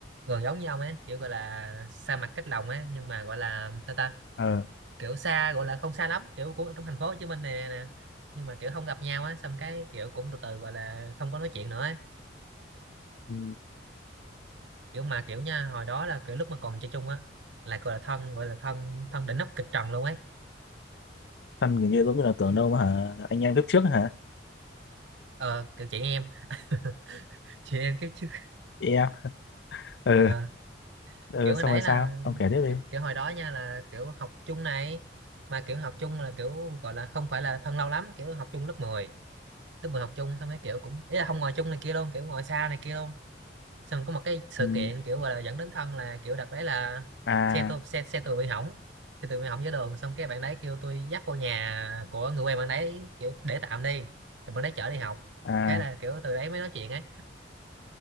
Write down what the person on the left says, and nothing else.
ờ
ừ.
thân kiểu như giống như là tưởng đâu mà hả anh em kiếp trước hả
chị em ờ
ờ
xong
rồi sao
ông kể tiếp đi
ừ.
à
à